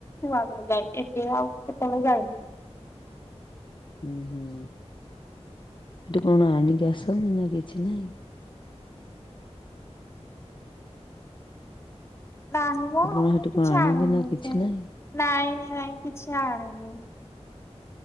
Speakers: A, on the left (about 25°); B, on the left (about 45°).
A: ଛୁଆବେଳେ ଯାଏ ଏବେ ଆଉ କେତେବେଳେ ଯାଇନି।
B: ହୁଁ-ହୁଁ ହେଠୁ କଣ ଆଣିକି ଆସନ୍ତି ନା କିଛି ନାଇଁ?
A: ନାହିଁ ମ
B: ଆପଣ
A: ମୁଁ
B: ସେଠୁ କଣ
A: କିଛି
B: ଆଣନ୍ତି
A: ଆଣିନି
B: ନା କିଛି
A: ସେମ୍
B: ନାହିଁ?
A: ନାଇଁ ନାଇଁ କିଛି ଆଣିନି।